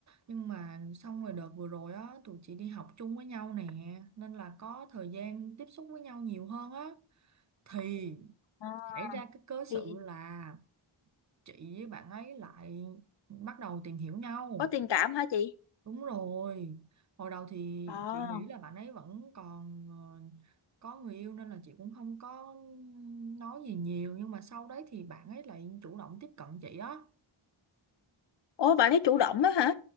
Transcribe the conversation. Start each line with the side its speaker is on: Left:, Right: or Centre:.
Right: nhưng mà xong rồi đợt vừa rồi á tụi chị đi học chung với nhau nè nên là có thời gian tiếp xúc với nhau nhiều hơn á thì
Left: À,
Right: xảy ra cái cớ sự
Left: thì
Right: là chị với bạn ấy lại bắt đầu tìm hiểu nhau
Left: có tình cảm hả chị?
Right: đúng rồi hồi đầu thì
Left: Ờ.
Right: chị nghĩ là bạn ấy vẫn còn ờ, có người yêu nên là chị cũng không có nói gì nhiều nhưng mà sau đấy thì bạn ấy lại chủ động tiếp cận chị á
Left: Ủa bạn ấy chủ động đó hả?